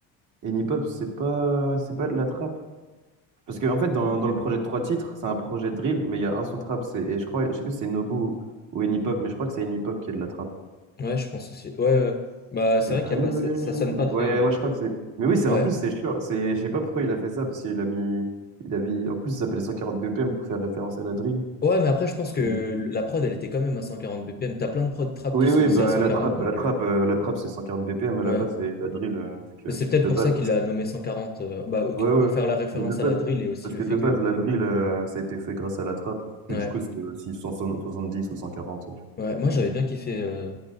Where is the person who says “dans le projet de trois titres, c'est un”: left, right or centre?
Right